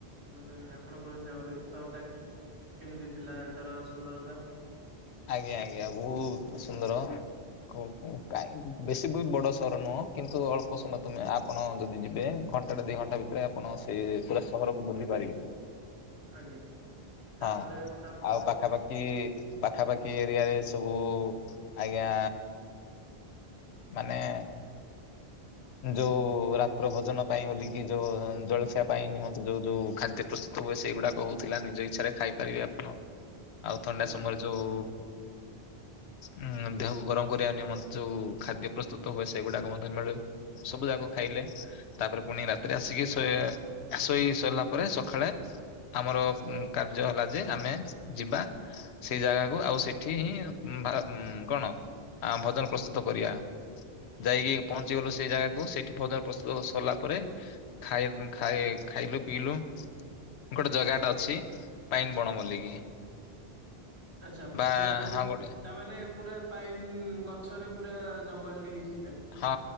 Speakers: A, on the right; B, on the left.
A: ମାନେ ଆପଣଙ୍କ ହିସାବରେ ସହର ଟା କେମିତି ଥିଲା ତାର ସୁନ୍ଦରତା?
B: ଆଜ୍ଞା ଆଜ୍ଞା ବହୁତ ସୁନ୍ଦର, କ କଁ କାଇଁ? ବେଶୀ ବି ବଡ ସହର ନୁହଁ କିନ୍ତୁ ଅଳ୍ପ ସମୟ ତମେ ଆପଣ ଯଦି ଯିବେ ଘଣ୍ଟାଟେ ଦି ଘଣ୍ଟା ଭିତ୍ ସେଥିରେ ଆପଣ ସେଇ ପୁରା ସହରକୁ ବୁଲିି ପାରିବେ?
A: ଆଜ୍ଞା ତାପରେ
B: ହଁ,
A: ତା ପରଦିନ
B: ଆଉ ପାଖାପାଖି କି, ପାଖାପାଖି ଏରିଆ ରେ ସବୁ ଆଜ୍ଞା ମାନେ ଯୋଉ ରାତ୍ର ଭୋଜନ ପାଇଁ ବୋଲିକି ଯୋଉ ଜଳଖିଆ ପାଇଁ ନିମନ୍ତେ ଯୋଉ ଯୋଉ ଖାଦ୍ୟ ପ୍ରସ୍ତୁତ ହୁଏ, ସେଇଗୁଡ଼ା ହଉଥିଲା, ନିଜ ଇଛାରେ ଖାଇପାରିବେ ଆପଣ? ଆଉ ଥଣ୍ଡା
A: ହୁଁ
B: ସମୟରେ ଯୋଉ, ଉଁ ଦେହକୁ ଗରମ କରିବା ନିମ ଯୋଉ ଖାଦ୍ୟ ପ୍ରସ୍ତୁତ ହୁଏ, ସେଗୁଡାକ ମଧ୍ୟ ମିଳେ। ସବୁ ଯାକ ଖାଇଲେ, ତାପରେ ପୁଣି ରାତିରେ ଆସିକି ସେ ଶୋଇ ସାରିଲା ପରେ, ସକାଳେ ଆମର କାର୍ଯ୍ୟ ହେଲା ଯେ ଆମେ ଯିବା ସେଇ ଜାଗାକୁ, ଆଉ ସେଠି ହିଁ ଭା କଣ ଭଜନ ପ୍ରସ୍ତୁତ କରିବା, ଯାଇକି ପହଞ୍ଚି ଗଲୁ ସେଇ ଜାଗାକୁ, ସେଇଠି ଭୋଜନ ପ୍ରସ୍ତୁତ ସରିଲା ପରେ ଖାଇ ଖାଇ ଖାଇଲୁ ପିଇଲୁ ଗୋଟେ ଜାଗା ଟା ଅଛି, ପାଇନ୍ ବଣ ବୋଲିକି।
A: ଆଛା,
B: ବା
A: ପୁରା ମାନେ,
B: ହଁ ଗୋଟେ
A: ତା ମାନେ ପୁରା ପାଇନ୍ ଗଛରେ ପୁରା ଜଙ୍ଗଲ ଟି ହେଇଚି।
B: ହଁ